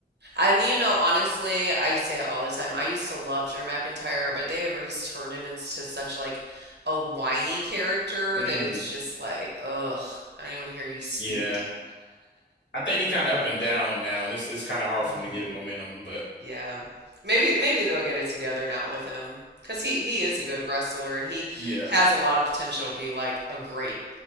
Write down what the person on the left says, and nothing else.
Mm,
yeah. I think he kind of up and down now, and it's it's kind of hard
for him to get momentum. But
yeah,